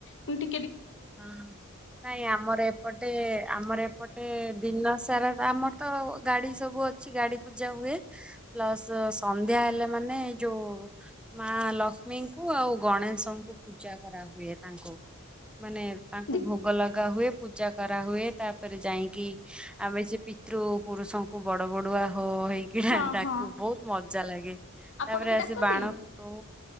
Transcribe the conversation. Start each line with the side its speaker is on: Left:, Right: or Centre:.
Left: ମୁଁ ଟି
Centre: ହଁ ହଁ ନାଇଁ ଆମର ଏପଟେ ଆମର ଏପଟେ ଦିନ ସାରା ଆମର ତ ଗାଡି ସବୁ ଅଛି ଗାଡି ପୂଜା ହୁଏ ପ୍ଲସ ସନ୍ଧ୍ୟା ହେଲେ ମାନେ ଯୋଉ ମାଲକ୍ଷ୍ମୀଙ୍କୁ ଆଉ ଗଣେଶଙ୍କୁ ପୂଜା କରାହୁଏ ତାଙ୍କୁ। ମାନେ ତାଙ୍କୁ
Left: ଦି
Centre: ଭୋଗ ଲଗା ହୁଏ ପୂଜା କରା ହୁଏ ତା ପରେ ଯାଇଁକି ଆମେ ସେ ପି ତ୍ରୁ ପୁରୁଷଙ୍କୁ ବଡ ବଡୁଆ। ହୋ ହେଇକିନା
Left: ହଁ
Centre: ଡାକୁ
Left: ହଁ
Centre: ବହୁତ ମ ଚାଲାଗେ।
Left: ଆପଣ
Centre: ତାପରେ
Left: ବି
Centre: ଆସି
Left: ଡାକନ୍ତି?
Centre: ବାଣ ଫୁଟଉ,